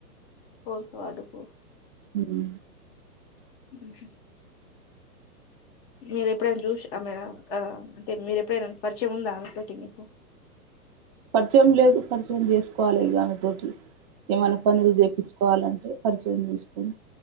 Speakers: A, on the left (about 40°); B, on the right (about 20°).
A: ఫోర్త్ వార్డుకు
B: మ్.
A: మ్ హు మీరేప్పుడైనా చూసి ఆమెనా అక్క అంటే మీరేప్పుడైనా పరిచయముందా అమెతోటి మీకు <inaudible>
B: పరిచయం లేదు. పరిచయం చేసుకోవాలిగ ఆమెతోటి ఏమన్నా పనులు చేపిచ్చుకోవాలంటే పరిచయం చేసుకొని